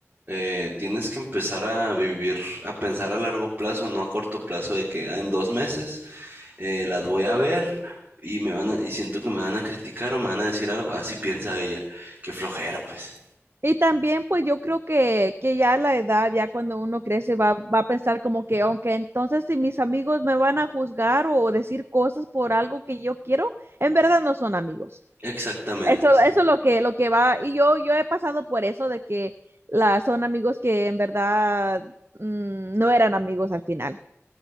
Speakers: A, on the right; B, on the right.
A: Eh, tienes que empezar a vivir, a pensar a largo plazo, no a corto plazo, de que ah, en dos meses eh, las voy a ver y me van a- y siento que me van a criticar o me van a decir algo. Así piensa ella. Qué flojera, pues.
B: Y también pues yo creo que, que ya la edad, ya cuando uno crece, va, va a pensar como que, aunque entonces si mis amigos me van a juzgar o decir cosas por algo que yo quiero, en verdad no son amigos.
A: Exactamente,
B: Eso,
A: sí.
B: eso es lo que, lo que va, y yo, yo he pasado por eso de que la, son amigos que en verdad mm, no eran amigos al final.